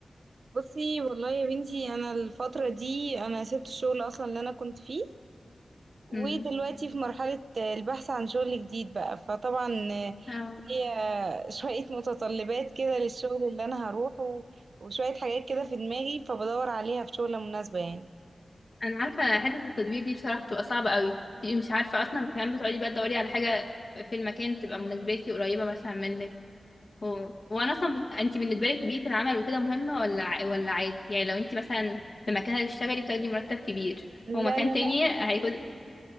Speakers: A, on the right; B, on the left.
A: بصي والله يا بنتي انا الفتره دي انا سبت الشغل اصلا اللي انا كنت فيه ودلوقتي
B: مم.
A: في مرحله البحث عن شغل جديد بقى فطبعا
B: اه
A: هي شويه متطلبات كده للشغل اللي انا هروحه وشويه حاجات كده في دماغي فبدور عليها في شغله مناسبه يعني
B: انا عارفه حته التدوير دي بصراحه بتبقى صعبه قوي تبقي مش عارفه اصلا كمان بتقعدي بقى تدوري على حاجه في المكان تبقى مناسباكي قريبه مثلا منك و... وانا اصلا بت... انت بالنسبه لك بيئه العمل وكده مهمه ولا ع- ولا عادي يعني لو انت مثلا في مكان هتشتغلي بتاخدي مرتب كبير
A: لا
B: ومكان
A: لا
B: تاني
A: لا
B: هيكون